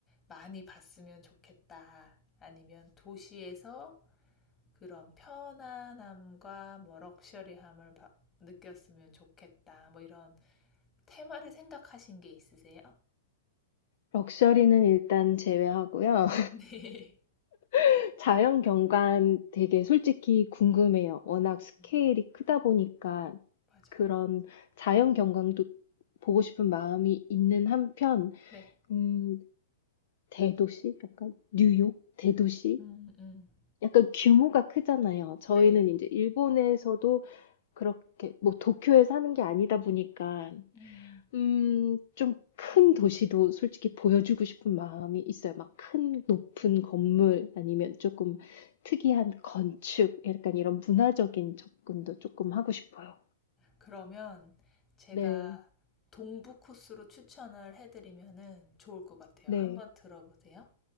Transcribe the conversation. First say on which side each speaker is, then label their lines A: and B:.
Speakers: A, on the left (about 20°); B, on the left (about 60°).
A: 많이 봤으면 좋겠다. 아니면 도시에서 그런 편안함과 뭐 럭셔리함을 바- 느꼈으면 좋겠다. 뭐 이런 테마를 생각하신 게 있으세요?
B: 럭셔리는 일단 제외하고요.
A: <laughs> 네.
B: <laughs> 자연 경관 되게 솔직히 궁금해요. 워낙 스케일이
A: 음,
B: 크다 보니까
A: 맞아요. 맞아요.
B: 그런 자연 경관도 보고 싶은 마음이 있는 한편,
A: 네.
B: 음, 대도시? 약간 뉴욕? 대도시?
A: 음, 음,
B: 약간 규모가 크잖아요. 저희는
A: 네.
B: 이제 일본에서도 그렇게 뭐 도쿄에 사는 게 아니다 보니까
A: 음.
B: 음, 좀 큰 도시도 솔직히 보여주고 싶은 마음이 있어요. 막 큰 높은 건물 아니면 조금 특이한 건축, 약간 이런 문화적인 접근도 조금 하고 싶어요.
A: 그러면 제가
B: 네,
A: 동부 코스로 추천을 해드리면은 좋을 것 같아요.
B: 네,
A: 한번 들어보세요.